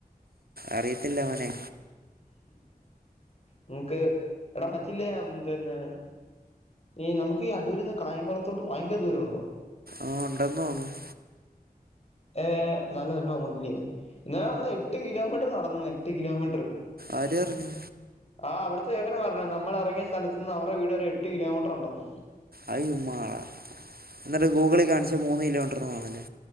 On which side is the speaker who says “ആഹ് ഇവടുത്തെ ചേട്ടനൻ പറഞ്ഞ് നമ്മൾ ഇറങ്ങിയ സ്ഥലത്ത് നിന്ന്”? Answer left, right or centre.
Left